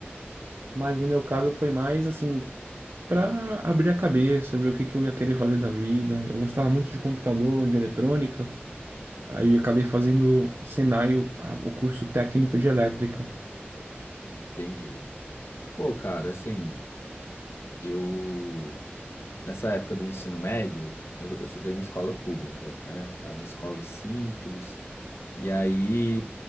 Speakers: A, on the right; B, on the left.
A: mas no meu caso foi mais assim para abrir a cabeça, ver o que que eu ia querer fazer da vida. Eu gostava muito de computador, de eletrônica. Aí acabei fazendo Senai, o, a- o curso técnico de elétrica.
B: Entendi. Pô, cara, assim, eu. Nessa época do ensino médio, eu, eu estudei em escola pública, né? É uma escola simples. E aí